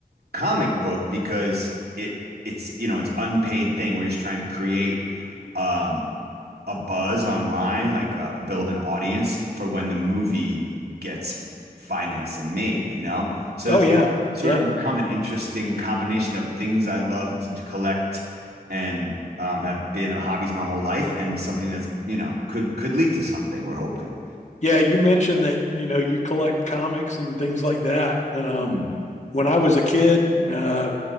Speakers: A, on the right; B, on the left.
A: comic book because it it's you know it's unpaid thing. We're just trying to create um, a buzz online, like uh, build an audience for when the movie gets financed and made, you know? So
B: Oh
A: it's
B: yeah,
A: sort
B: yeah,
A: of become an interesting combination of things I love to, to collect and um, have been hobbies my whole life and something that's, you know, could could lead to something we're hoping.
B: yeah. You mentioned that you know you collect comics and things like that. Um,
A: Hmm.
B: when I was a kid, uh,